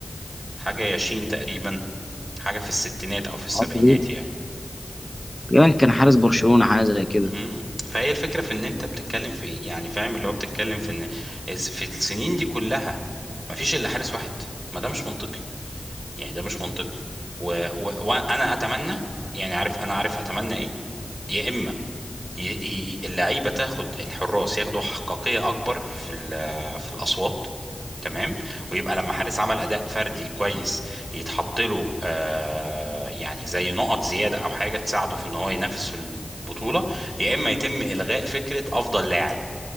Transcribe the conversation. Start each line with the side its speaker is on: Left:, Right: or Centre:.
Right: حاجه ياشين تقريبا حاجه في الستينات او في السبعينات
Left: معرفش ليه.
Right: يعني
Left: تقريبا كان حارس برشلونه حاجه زي كده
Right: مم. فهي الفكرة في ان انت بتتكلم في ايه يعني فاهم اللي هو بتتكلم في ان الس- في السنين دي كلها ما فيش الا حارس واحد ما ده مش منطقي يعني ده مش منطقي و... و... وانا اتمنى يعني عارف انا عارف اتمنى ايه يا اما ي- ي- اللعيبه تاخد الحراس ياخدوا حقيقيه اكبر في ال- في الاصوات تمام ويبقى لما حارس عمل اداء فردي كويس يتحط له آه يعني زي نقط زياده او حاجه تساعده في ان هو ينافس في البطوله يا اما يتم الغاء فكره افضل لاعب